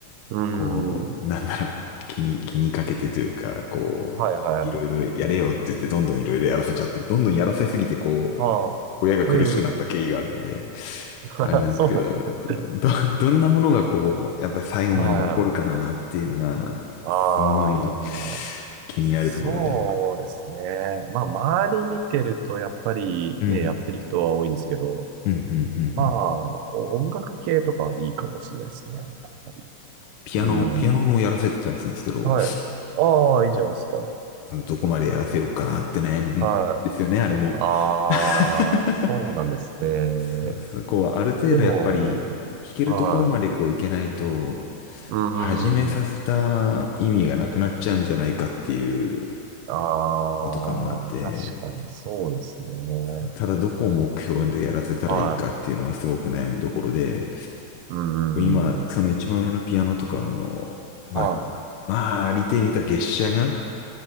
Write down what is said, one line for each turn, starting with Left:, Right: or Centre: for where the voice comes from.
Right: う
Left: こう、
Right: ん、
Left: なんだろう、気に、気にかけてというか、こう、
Right: はいはいはい。
Left: いろいろやれよって言ってどんどんいろいろやらせちゃって、どんどんやらせすぎてこう、
Right: あ
Left: 親が苦しくなった経緯があるんで、
Right: あ、ええ <laughs>
Left: あれなんですけど、
Right: そうなんですね。
Left: そうど、どんなものがこう、やっぱり最後まで残るかなっていうのが、
Right: はい。ああ、
Left: すごい気になるところで、
Right: そうですね。
Left: まあ、
Right: まあ、周り見てると、やっぱりね、
Left: うん、
Right: やってる人は多いんですけど、
Left: うん、うん、うん、うん。
Right: まあ、お音楽系とかはいいかもしれないですね。やっぱり。
Left: ピアノ、
Right: うん。
Left: ピアノもやらせてたりするんですけど、
Right: はい。ああ、いいじゃないですか。
Left: どどこまでやらせようかなって悩むんですよね、
Right: はい。
Left: あれも。
Right: ああ、
Left: <laughs>
Right: そうなんですね。
Left: そうそう、こう、ある程度やっぱり、
Right: でも、
Left: 弾けるところまでこういけないと、
Right: はい。うんうん。
Left: 始めさせた意味がなくなっちゃうんじゃないかっていう
Right: ああ、
Left: のとかもあって、
Right: 確かにそうですね。
Left: そうただどこを目標でやらせたらいいかっていうのがすごく悩みどころで、
Right: はい。うんうん。
Left: 今、その一番上のピアノとか、あの、まあ、
Right: はい。
Left: まあ、利点に言ったら月謝が